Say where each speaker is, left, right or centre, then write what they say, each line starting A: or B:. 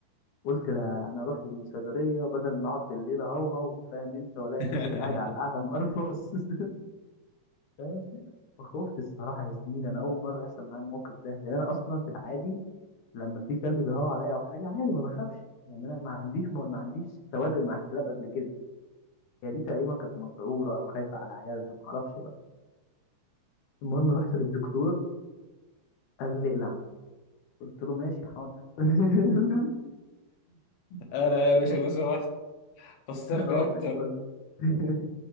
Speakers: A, on the left (about 70°); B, on the left (about 85°).
A: قلت لا انا اروح للصيدليه بدل ما اقعد بالليل اهوهو فاهم انت والاقي
B: <laughs>
A: نفسي قاعد على القعده مقرفص <laughs> فاهم فخفت الصراحه يا زميلي انا اول مره يحصل معايا الموقف ده لان انا اصلا في العادي لما في كلب بيهوى عليا او حاجه عادي ما بخافش يعني انا ما عنديش ما عنديش سوابق مع الكلاب قبل كده هي دي تقريبا كانت مسعوره او خايفه على عيالها ما اعرفش بقى المهم رحت للدكتور قال لي اقلع قلت له ماشي حاضر <laughs>
B: أنا يا باشا لو سمحت فسر لي
A: اه
B: أكتر
A: قلت <laughs>